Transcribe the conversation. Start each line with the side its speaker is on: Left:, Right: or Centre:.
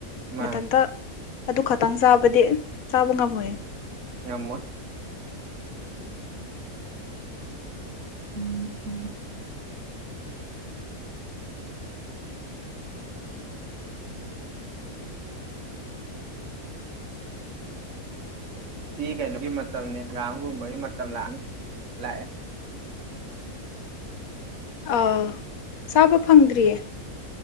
Right: ꯃꯥ
Left: ꯃꯊꯟꯇ ꯑꯗꯨ ꯈꯇꯪ ꯆꯥꯕꯗꯤ ꯆꯥꯕ ꯉꯝꯃꯣꯏ
Right: ꯌꯥꯝꯝꯃꯣꯟ ꯎꯝ ꯎꯝ ꯇꯤ ꯀꯩꯅꯣꯒꯤ ꯃꯇꯝꯅꯤ ꯍꯪꯒꯥꯝꯒꯨꯝꯕꯒꯤ ꯃꯇꯝ ꯂꯥꯛꯑꯅꯤ ꯂꯥꯛꯑꯦ
Left: ꯑꯥ ꯆꯥꯕ ꯐꯪꯗ꯭ꯔꯤꯌꯦ